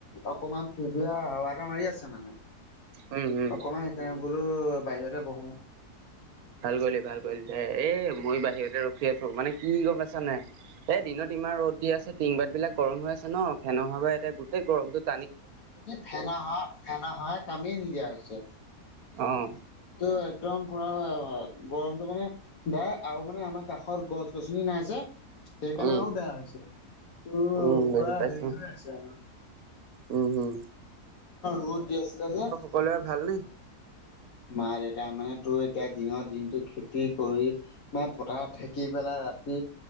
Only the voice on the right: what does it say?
উম্ হুম।
ভাল কৰিলি ভাল কৰিলি দে, এ মই বাহিৰতে ৰখি আছো মানে কি গম পাইছ নাই। এ দিনত ইমান ৰ'দ দি আছে টিনপাত বিলাক গৰম হৈ আছে ন, ফেনৰ হাৱা এতে গোটেই গৰমটোত
অ'
উম
উম
বুজি পাইছো
উম হম
ক'লে ভালনি?